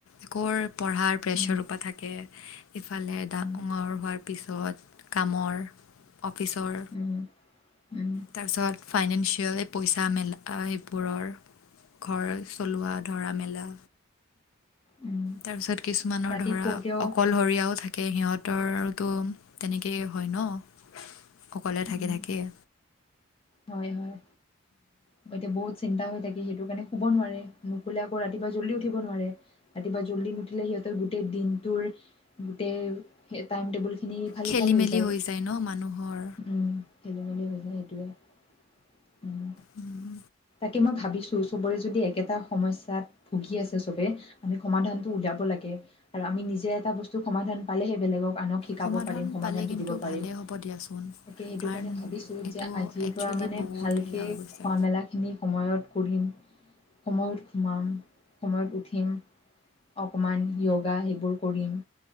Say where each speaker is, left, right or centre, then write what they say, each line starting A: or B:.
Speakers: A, on the left; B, on the left.
A: আকৌৰ পঢ়াৰ প্ৰেছাৰ
B: উম,
A: সোপা থাকে ইফালে ডাঙৰ
B: উম,
A: হোৱাৰ পিছত কামৰ অফিচৰ
B: উম, উম,
A: তাৰপিছত ফাইনেন্সিয়েলি পইচা মেলা এইবোৰৰ ঘৰ চলোৱা ধৰা মেলা
B: উম।
A: তাৰ পিছত কিছুমানৰ
B: ৰাতি
A: ধৰা
B: শুতেও
A: অকলশৰীয়াও থাকে থাকে সিহঁতৰতো তেনেকেই হয় ন অকলে
B: উম,
A: থাকি থাকিয়ে
B: হয় হয় অ এতিয়া বহুত চিন্তা হৈ থাকে সেইটো কাৰণে শুব নোৱাৰে নুশুলে আকৌ ৰাতিপুৱা জলদি উঠিব নোৱাৰে ৰাতিপুৱা জল্দি নুউঠিলে সিহঁতে গোটেই দিনটোৰ গোটেই টাইম টেবুল খিনি ইফাল
A: খেলি
B: সিফাল হৈ
A: মেলি
B: যায়
A: ন মানুহৰ
B: উম খেলি মেলি হৈ যায় সেইটোৱে উম
A: উম
B: তাকে, মই ভাবিছোঁ চবৰে যদি একেটা সমস্যাত ভুগি আছে চবে আমি সমাধানটো উলিয়াব লাগে। আৰু আমি নিজে এটা বস্তু সমাধান পালেহে বেলেগক আনক শিকাব
A: সমাধান
B: পাৰিম সমাধানটো
A: পালে কিন্তু
B: দিব পাৰিম
A: ভালেই হ'ব দিয়াচোন
B: তাকে, সেইটো
A: কাৰণ
B: কাৰণে ভাবিছোঁ
A: এইটো
B: যে, আজ
A: একচুৱেলি
B: ৰ পৰা মানে
A: বহুত
B: ভালকে
A: সেয়া হৈ গৈছে
B: খোৱা মেলাখিনি সময়ত কৰিম, সময়ত <unintelligible> সময়ত উঠিম। অকণমান য়গা সেইবোৰ কৰিম।